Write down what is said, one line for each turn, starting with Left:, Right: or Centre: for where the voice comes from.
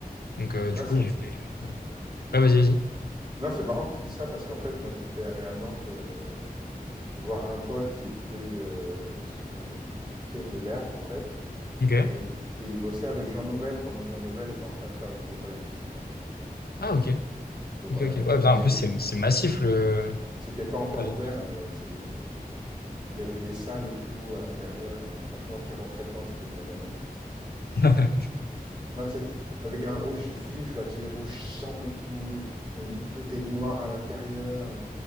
Left: donc euh,
Right: Là,
Left: du coup,
Right: c'est...
Left: j'ai fait. Ouais, vas-y, vas-y.
Right: Non, c'est marrant que tu dis ça parce qu'en fait, moi, j'étais allé à Nantes euh, voir un pote qui habitait, heu, sur les quais de l'Erdre, en fait
Left: Ok.
Right: et et il bossait avec Jean Nouvel pendant que Jean Nouvel était en train de faire le nouveau palais de justice, en fait.
Left: Ah ok.
Right: Donc
Left: Ok,
Right: on
Left: ok.
Right: a visité,
Left: Ouais, putain, en plus, c'est
Right: heu, c'était
Left: c'est massif le,
Right: c'était pas encore
Left: le palais
Right: ouvert,
Left: de justice.
Right: heu, c'est, heu, il y avait des salles et tout à l'intérieur, heu, franchement, tu rentrais dedans, t'étais condamné, quoi.
Left: <laughs>
Right: Non, tu avec un rouge vif, là, tu sais, rouge sang et tout, et tout est noir à l'intérieur, heu,